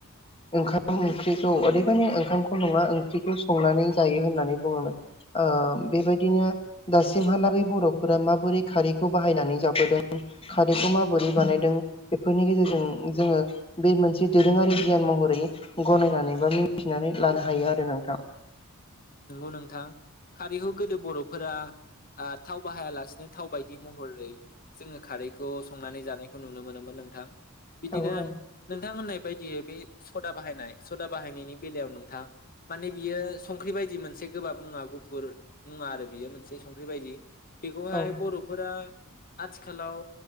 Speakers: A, on the left; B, on the left.
A: ओंखाम ओंख्रिखौ ओरैबानि ओंखामखौ नङा ओंख्रिखौ संनानै जायो होननानै बुङोमोन। ओ बेबायदिनो दासिमहालागै बर' फोरा माबोरै खारैखौ बाहायनानै जाबोदों खारैखौ माबोरै बानायदों। बेफोरनि गेजेरजों जोङो बे मोनसे दोरोङारि गियान महरै गनायनानै बा मिथिनानै लानो हायो आरो नोंथां।
B: नंगौ नोंथां खारैखौ गोदो बर'फोरा ओ थाव बाहायालासिनो थाव बायदि महरै जोङो खारैखौ संनानै जानाय खौ नुनो मोनोमोन नोंथां। बिदिनो
A: औ औ
B: नोंथां होननाय बायदियै बे सदा बाहायनाय सदा बाहायनायनि बेलायाव नोंथां माने बियो संख्रि बाय दि मोनसे गोबाब मुङा गुफुर मुवा आरो बियो मोनसे संख्रि बायदि। बेखौहाय
A: औ
B: बर'फोरा आथिखालाव